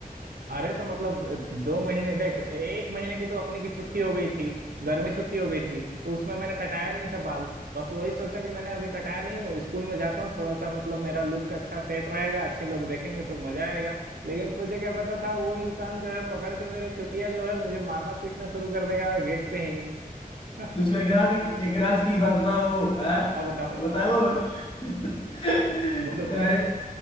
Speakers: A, on the right; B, on the left.
A: अरे तो मतलब दो महीने देख एक महीने की तो अपनी की छुट्टी हो गई थी गर्मी छुट्टी हो गई थी तो उसमें मैंने कटाया नहीं था बाल बस वही सोचा कि मैंने अभी कटाया नहीं हूँ स्कूल में जाता हूँ थोड़ा सा मतलब मेरा लुक अच्छा सेट रहेगा अच्छे लोग देखेंगे तो मजा आएगा लेकिन मुझे क्या पता था वो इंसान जो है पकड़ के मेरे छुट्टियां जो है मुझे मारना पीटना शुरू कर देगा गेट पे ही <laughs>
B: तुझको एक रात एक रात की बात बताओ हाँ
A: बताओ बताओ
B: बताओ तो,
A: बोलो बोलो
B: ए-